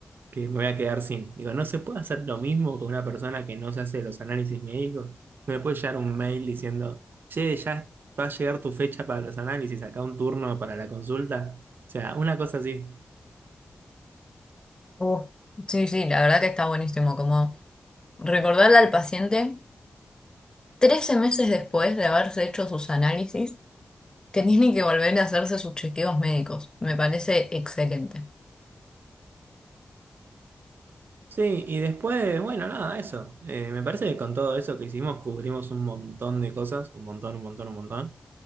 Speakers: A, on the right; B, on the left.
A: que me voy a quedar sin. Digo, no se puede hacer lo mismo con una persona que no se hace los análisis médicos. No me puede llegar un mail diciendo, che, ya va a llegar tu fecha para los análisis, acá un turno para la consulta. O sea, una cosa así.
B: Uh, sí, sí, la verdad que está buenísimo, como recordarle al paciente. 13 meses después de haberse hecho sus análisis, que tiene que volver a hacerse sus chequeos médicos. Me parece excelente.
A: Sí, y después, bueno, nada, eso. Eh, me parece que con todo eso que hicimos cubrimos un montón de cosas, un montón, un montón, un montón.